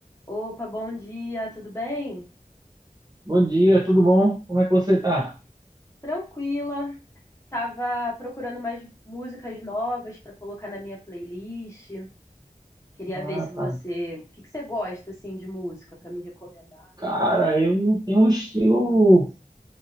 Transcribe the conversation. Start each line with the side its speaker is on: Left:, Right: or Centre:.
Left: Opa, bom dia, tudo bem?
Right: Bom dia, tudo bom? Como é que você tá?
Left: Tranquila. Tava procurando umas músicas novas para colocar na minha playlist. Queria
Right: Ah,
Left: ver se você,
Right: cara,
Left: o que que você gosta assim de música para me recomendar?
Right: cara, eu não tenho um estilo,